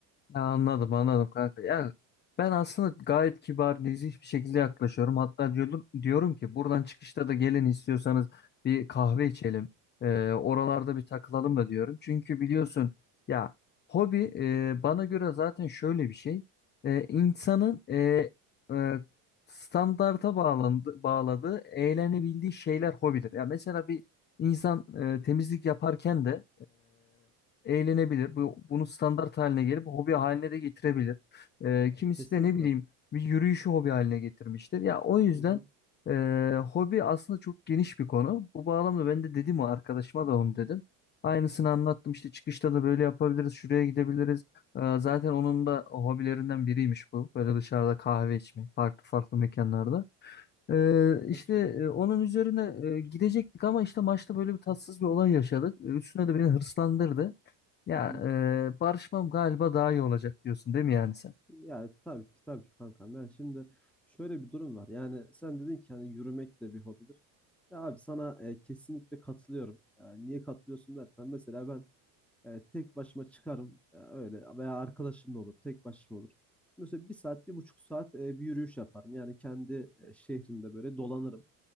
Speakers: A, on the left; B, in the centre.
A: Ya anladım anladım kanka. Ya ben aslında gayet kibar, nezih bir şekilde yaklaşıyorum. Hatta diyordum, diyorum ki buradan çıkışta da gelin istiyorsanız bir kahve içelim. Ee, oralarda bir takılalım da diyorum. Çünkü biliyorsun ya hobi e, bana göre zaten şöyle bir şey. E, insanın e, e, standarta bağlandı, bağladığı, eğlenebildiği şeyler hobidir. Ya mesela bir insan e, temizlik yaparken de eğlenebilir. Bu, bunu standart haline gelip hobi haline de getirebilir. Ee, kimisi
B: Yani kesinlikle.
A: de ne bileyim bir yürüyüşü hobi haline getirmiştir. Ya o yüzden
B: Hı hı.
A: e, hobi aslında çok geniş bir konu. Bu bağlamda ben de dedim o arkadaşıma da onu dedim. Aynısını anlattım işte çıkışta da böyle yapabiliriz, şuraya gidebiliriz. Ee, zaten onun da hobilerinden biriymiş bu. Böyle dışarıda kahve içmek, farklı farklı mekanlarda. Ee, işte
B: Çok güzel.
A: e, onun üzerine e, gidecektik ama işte maçta böyle bir tatsız bir olay yaşadık. E, Üstüne de beni hırslandırdı. Ya
B: Hı hı.
A: e, barışmam galiba daha iyi olacak diyorsun değil mi yani sen?
B: Yani tabii ki tabii ki kankam. Yani şimdi şöyle bir durum var. Yani sen dedin ki hani yürümek de bir hobidir. Ya abi sana e, kesinlikle katılıyorum. E, niye katılıyorsun dersen mesela ben e, tek başıma çıkarım e, öyle veya arkadaşımla olur tek başıma olur. Mesela bir saat bir buçuk saat e, bir yürüyüş yaparım. Yani kendi e, şehrimde böyle dolanırım.